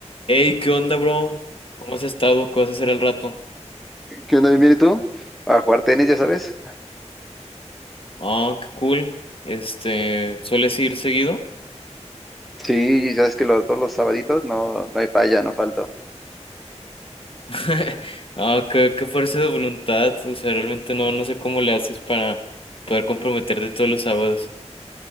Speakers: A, on the left; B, in the centre.
A: Hey, ¿qué onda, bro? ¿Cómo has estado? ¿Qué vas a hacer al rato?
B: ¿Qué onda, bien, bien, ¿Y tú? A jugar tenis, ya sabes.
A: Ah, qué cool. Este, ¿sueles ir seguido?
B: Sí, ya sabes que lo- todos los sabaditos no, no hay falla, no falto.
A: <laughs> Ah, qué, qué fuerza de voluntad. O sea, realmente no, no sé cómo le haces para poder comprometerte todos los sábados.